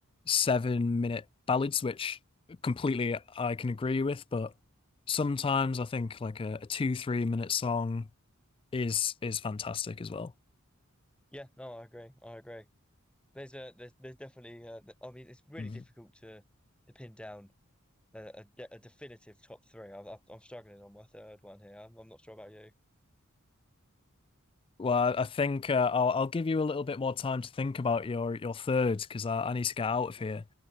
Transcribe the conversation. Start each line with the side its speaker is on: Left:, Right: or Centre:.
Left: seven minute ballads, which completely I can agree with, but sometimes I think like a, a two, three minute song is is fantastic as well.
Centre: Yeah, no, I agree. I agree. There's a there's there's definitely uh, I mean it's really
Left: Mm.
Centre: difficult to to pin down a, a, a definitive top three. I, I, I'm struggling on my third one here. I'm, I'm not sure about you.
Left: Well, I think uh, I'll I'll give you a little bit more time to think about your your third because I, I need to get out of here.